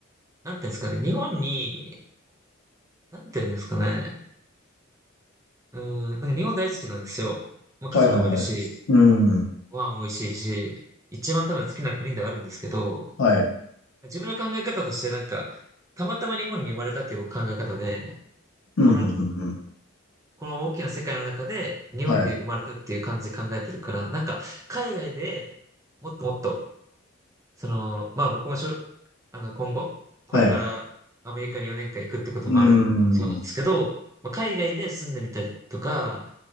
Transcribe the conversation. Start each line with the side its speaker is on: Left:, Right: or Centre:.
Right: なんていうんですかね。日本に、なんていうんですかね。うーん、なんか日本大好きなんですよ。まあ、家族もいるし、
Left: はいはいはい。うん。
Right: ご飯美味しいし、一番多分好きな国ではあるんですけど、
Left: はい。
Right: 自分の考え方として、なんか、たまたま日本に生まれたっていう考え方で、
Left: うん、
Right: この、
Left: うん、うん、うん。
Right: この大きな世界の中で、日本で生まれたっていう感じで考えてるから、
Left: はい。
Right: なんか、海外でもっともっと、その、まあ僕もしょ、あの、今後、これからアメリカに4年間行くってこともあるのもそうなんですけど、
Left: はい。うん。
Right: まあ、海外で住んでみたりとか、